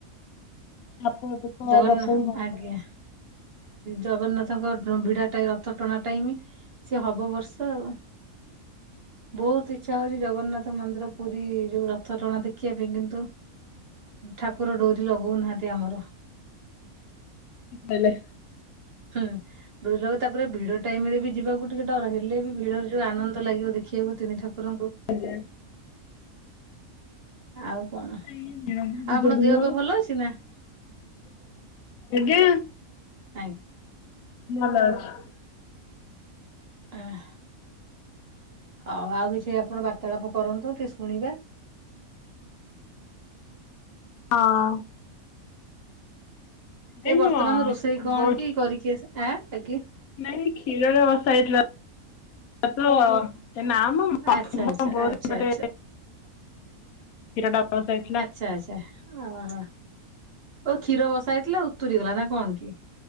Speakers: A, on the left; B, on the right.
A: ଛାତ ଉପରେ ତ
B: ଜଗନ୍ନା
A: ବର୍ଷା ହିଁ ହବ
B: ଆଜ୍ଞା ଜଗନ୍ନାଥଙ୍କ ଭିଡା ଟାଇ ରଥ ଟଣା ଟାଇମ ସିଏ ହବ ବର୍ଷା ଆଉ। ବହୁତ ଇଚ୍ଛା ହଉଛି ଜଗନ୍ନାଥ ମନ୍ଦିର ପୁରୀ ଯୋଉ ରଥ ଟଣା ଦେଖିବା ପାଇଁ କିନ୍ତୁ ଠାକୁର ଡୋରି ଲଗଉ ନାହାନ୍ତି ଆମର
A: ବେଲେ
B: ହୁଁ। ଡୋରି ଲ ତାପରେ ଭିଡ ଟାଇମ ରେ ବି ଯିବାକୁ ଟିକେ ଡର ହେଲେ ବି ଭିଡ ଯୋଉ ଆନନ୍ଦ ଲାଗିବ ଦେଖିବାକୁ ତିନି ଠାକୁରଙ୍କୁ
A: ଆଜ୍ଞା।
B: ଆଉ କଣ?
A: ଏଇ ନୀଳାଦ୍ରି
B: ଆଉ
A: ବିଜେ
B: ଆପଣ
A: ଦିନ
B: ଦେହ ପା ଭଲ ଅଛି ନା?
A: ଆଜ୍ଞା।
B: ଆଁଗ୍
A: ନ ଲ <unintelligible>
B: ଆଃ ଆଉ ଆଉ କିଛି ଆପଣ ବାର୍ତ୍ତାଳାପ କରନ୍ତୁ ଟିକେ ଶୁଣିବା
A: ହଁ
B: ଏ
A: ଏଇ
B: ବର୍ତ୍ତମାନ
A: ମୋ
B: ରୋଷେଇ କଣ
A: ବୋଉ ଏଠି
B: କି କରିକି ଆସି ଆଁ ଆଗି
A: ନାଇଁ ଖିରରେ ବସା ହେଇଥିଲା ଆପଣ ତ ନା ଆମ <unintelligible>
B: ଆଚ୍ଛା ଆଚ୍ଛା
A: କ୍ଷୀର
B: ଆଚ୍ଛା ଆଚ୍ଛା
A: ଟା ବ ଯାଇଥିଲା
B: ଛା ଆଛା ଓ ହୋ ଓ କ୍ଷୀର ବସା ହେଇଥିଲା ଉତୁରିଗଲା ନା କଣ କି?